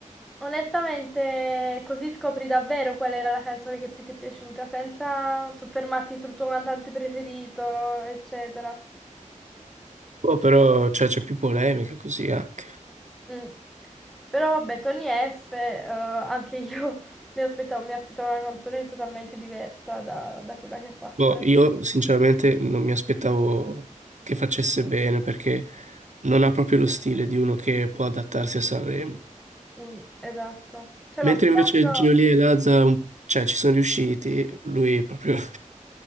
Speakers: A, in the centre; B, on the right.
A: onestamente così scopri davvero qual era la canzone che più ti è piaciuta, senza soffermarti sul tuo cantante preferito, eccetera.
B: Boh, però, cioè, c'è più polemica così anche.
A: Mm. Però vabbè, Tony F, eh, anche io <laughs> mi aspettavo, mi aspettavo una canzone totalmente diversa da, da quella che ha fatto.
B: Boh, io sinceramente non mi aspettavo che facesse bene perché non ha proprio lo stile di uno che può adattarsi a Sanremo.
A: Mm, esatto. Cioè,
B: Mentre
A: ma più
B: invece
A: che altro...
B: Geolia e Lazza, un- cioè, ci sono riusciti, lui proprio... <laughs>